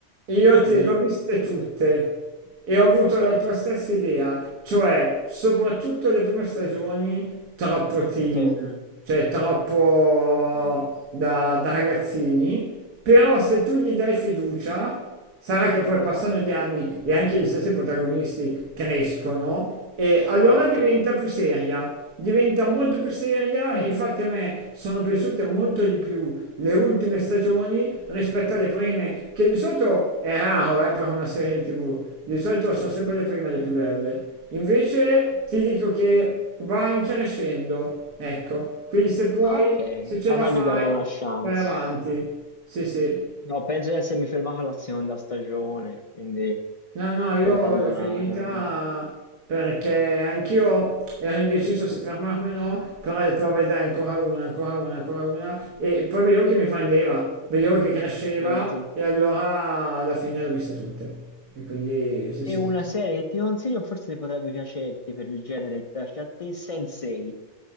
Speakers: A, on the right; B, on the left.
A: Io te
B: Dimmi,
A: le
B: dimmi.
A: ho viste tutte e ho avuto
B: Ok.
A: la tua stessa idea, cioè soprattutto le prime stagioni troppo teen,
B: Sì.
A: cioè troppo
B: Sì.
A: da, da ragazzini, però se tu gli dai fiducia Sarà che poi
B: Ok,
A: passano gli anni e anche gli stessi protagonisti crescono e allora
B: certo.
A: diventa più seria, diventa molto più seria
B: Mm,
A: e infatti a me sono piaciute molto di più le ultime stagioni rispetto alle prime, che di solito è raro eh, per una serie TV, di solito sono sempre le prime le più belle. Invece ti dico che va in crescendo, ecco, quindi se puoi,
B: Ah, ok,
A: se ce
B: allora
A: la fai,
B: gli darò una chance.
A: vai avanti. Sì, sì.
B: No, penso di essermi fermato alla seconda stagione, quindi...
A: No, no,
B: troppo
A: io
B: abbandonata.
A: l'ho finita
B: mm,
A: perché anch'io ero indeciso se fermarmi o no, però ho detto, vabbè, dai, ancora una, ancora una, ancora una. E poi vedevo che mi prendeva, vedevo che cresceva
B: certo.
A: e allora alla fine le ho viste tutte. E quindi, sì, sì,
B: E una
A: sì. sì.
B: serie che ti consiglio, forse potrebbe piacerti per il genere che piace a te, Sense8.